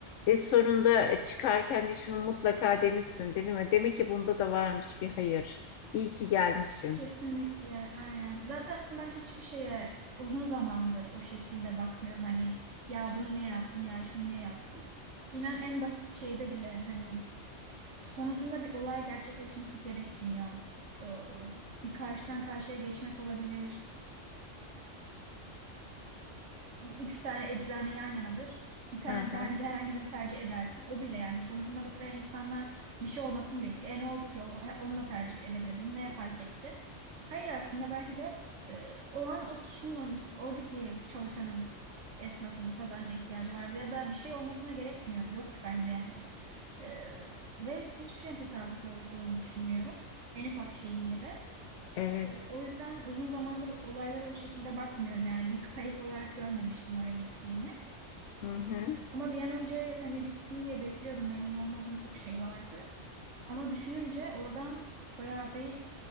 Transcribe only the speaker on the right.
Kesinlikle, aynen. Zaten ben hiçbir şeye uzun zamandır o şekilde bakmıyorum. Hani ya bunu niye yaptım, ya şunu niye yaptım. İnan en basit şeyde bile hani sonucunda bir olay gerçekleşmesi gerekmiyor. Ee, Bir karşıdan karşıya geçmek olabilir üç tane eczane yan yanadır. Bir tane
te- hangi- herhangi birini tercih edersin. O bile yani sonucunda mesela insanlar bir şey olmasını bekliyor. E ne oldu ki? O- he- Onu da tercih edebilirdin. Ne fark etti? Hayır aslında belki de e, o an o kişinin ön- oradaki çalışanın esnafın kazanca ihtiyacı vardı ya da bir şey olmasına gerekmiyor. Yok bence yani. E, ve hiçbir şeyin tesadüf olduğunu düşünmüyorum. En ufak şeyin bile.
E, O yüzden uzun zamandır olaylara o şekilde bakmıyorum. Yani bir kayıp olarak görmemiştim oraya gittiğimi.
Ama bir an önce hani bitsin diye bekliyordum. Memnun olmadığım çok şey vardı. Ama düşününce oradan bayağı bir